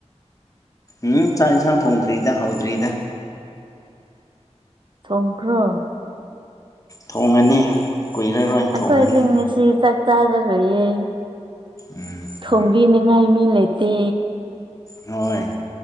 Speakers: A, on the left (about 30°); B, on the right (about 45°).
A: ꯎꯝ ꯆꯥꯛ ꯌꯦꯟꯁꯥꯡ ꯊꯣꯡꯗ꯭ꯔꯤꯗ ꯍꯧꯗ꯭ꯔꯤꯗ
B: ꯁꯪꯈ꯭ꯔ
A: ꯊꯣꯡꯉꯅꯤ ꯀꯨꯏꯔꯔꯣꯏ
B: ꯑꯩꯈꯣꯏꯗꯤ
A: ꯊꯣꯡꯉꯅꯤ
B: ꯉꯁꯤ ꯆ ꯆꯥꯔꯔꯣꯏꯌꯦꯦ
A: ꯎꯝ
B: ꯊꯣꯡꯕꯤꯅꯤꯉꯥꯏ ꯃꯤ ꯂꯩꯇꯦ
A: ꯍꯣꯏ